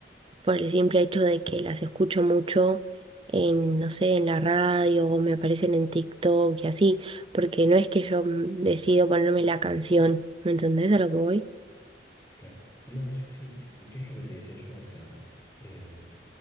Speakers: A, on the right (about 30°); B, on the left (about 15°).
A: por el simple hecho de que las escucho mucho en, no sé, en la radio o me aparecen en TikTok y así, porque no es que yo mm, decido ponerme la canción, ¿me entendés a lo que voy?
B: Claro. No, sí, sí. ¿Qué es lo que te decía yo? O sea, em,